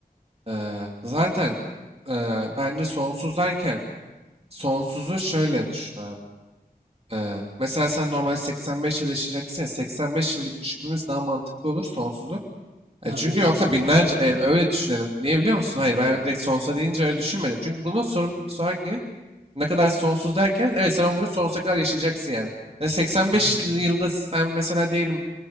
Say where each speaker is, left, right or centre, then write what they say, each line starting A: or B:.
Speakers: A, on the right; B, on the right.
A: Eee, zaten eee, bence sonsuz derken sonsuzu şöyle düşün abi. Ee, mesela sen normalde 85 yıl yaşayacaksın ya 85 yıl gibi düşünmemiz daha mantıklı olur sonsuzu. E,
B: Ha
A: çünkü
B: öyle
A: yoksa
B: düşünüyoruz.
A: binlerce e,
B: Tamam.
A: öyle düşünelim. Niye biliyor musun?
B: Hı
A: Hayır
B: hı.
A: ben öyle direkt sonsuza deyince öyle düşünmedim. Çünkü bunun sorunun bir sonraki yeni ne kadar sonsuz derken evet sen o günü sonsuza kadar yaşayacaksın yani. Yani 85
B: Hı hı.
A: yılda sen mesela diyelim